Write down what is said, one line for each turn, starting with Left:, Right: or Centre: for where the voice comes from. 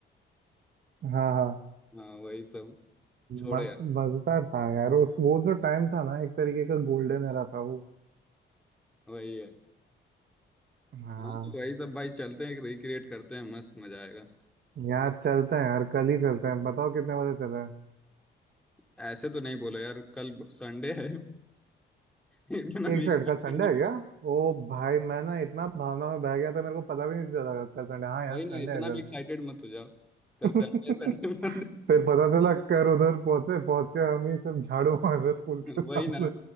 Right: हाँ हाँ
Centre: हाँ वही सब छोड़ो
Right: म-
Centre: यार
Right: मजेदार था यार उस वो जो टाइम था ना एक तरीके का गोल्डन एरा था वो
Centre: वही है
Right: हाँ
Centre: हाँ तो वही सब भाई चलते हैं रिक्रिएट करते हैं मस्त मजा आएगा
Right: यहाँ चलते हैं यार कल ही चलते हैं बताओ कितने बजे चले हैं
Centre: ऐसे तो नहीं बोलो यार कल संडे है <laughs> इतना
Right: एक
Centre: भी
Right: सेकंड
Centre: excited
Right: कल संडे है
Centre: नहीं।
Right: क्या ओ भाई मैं ना इतना भावना में बह गया था मेरे को पता भी नहीं चला कल संडे हाँ यार
Centre: वही
Right: संडे
Centre: ना इतना
Right: है
Centre: भी एक्साइटेड मत हो जाओ कल
Right: कल
Centre: संडे
Right: <laughs>
Centre: संडे
Right: फिर पता चला कर उधर पहुंचे पहुंच के हम ही सब झाड़ू मार रहे स्कूल
Centre: <laughs> वही
Right: के सामने
Centre: ना